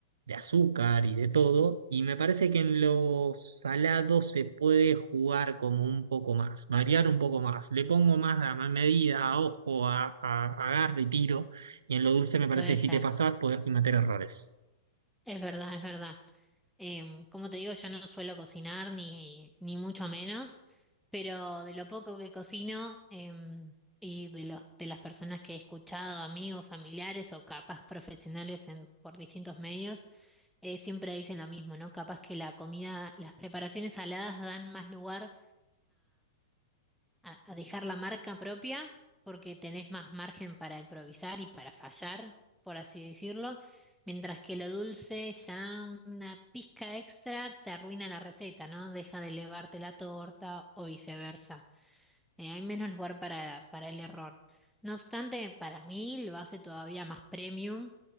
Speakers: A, on the right; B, in the centre.
A: de azúcar y de todo. Y me parece que en lo salado se puede jugar como un poco más, variar un poco más. Le pongo más a ma- medida, a ojo, a, a- agarro y tiro. Y en lo dulce me parece
B: Puede
A: que si
B: ser.
A: te pasás podés cometer errores.
B: Es verdad, es verdad. Em, como te digo, yo no suelo cocinar ni, ni mucho menos, pero de lo poco que cocino em, y de los, de las personas que he escuchado, amigos, familiares o capaz profesionales en, por distintos medios, eh, siempre dicen lo mismo, ¿no? Capaz que la comida, las preparaciones saladas dan más lugar a, a dejar la marca propia porque tenés más margen para improvisar y para fallar, por así decirlo, mientras que lo dulce ya una pizca extra te arruina la receta, ¿no? Deja de elevarte la torta o viceversa. Eh, hay menos lugar para, para el error. No obstante, para mí lo hace todavía más premium